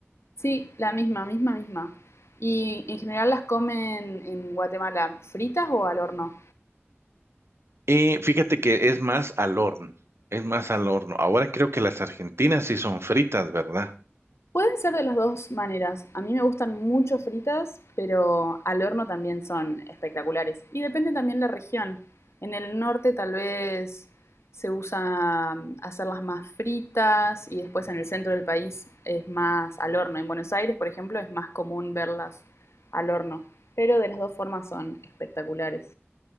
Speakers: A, on the left (about 75°); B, on the right (about 65°).
A: Sí, la misma, misma, misma. Y en general las comen en Guatemala, fritas o al horno.
B: Y fíjate que es más al horno, es más al horno. Ahora creo que las argentinas sí son fritas, ¿verdad?
A: Pueden ser de las dos maneras. A mí me gustan mucho fritas, pero al horno también son espectaculares. Y depende también la región. En el norte tal vez se usa mm, hacerlas más fritas y después en el centro del país es más al horno. En Buenos Aires, por ejemplo, es más común verlas al horno. Pero de las dos formas son espectaculares.